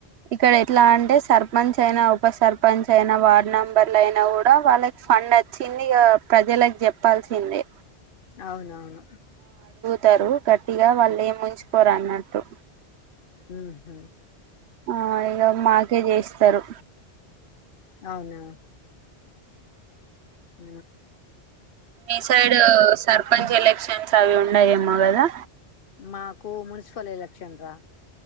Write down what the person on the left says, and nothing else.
అవునవును
అ హ
అవునా ఉ
మాకు మున్సిపల్ ఎలక్షన్ రా